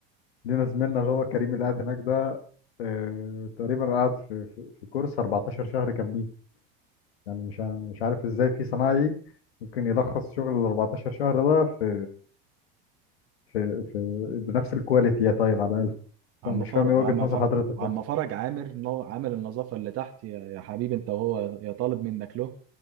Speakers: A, on the left; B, on the right.
A: لينا زميلنا اللي هو كريم اللي قاعد هناك ده آه، تقريبا قعد في في في كورس 14 شهر كاملين يعني مش ع- مش عارف ازاي في صنايعي ممكن يلخص شغل ال 14 شهر ده في في في بنفس الكواليتي يا طيب على الأقل
B: عم
A: طب مش
B: فرج
A: فاهم ايه وجهة
B: عم
A: نظر
B: فرج
A: حضرتك
B: عم
A: بقى
B: فرج عامر نو- عامل النظافه اللي تحت يا يا حبيبي انت وهو يا طالب منك له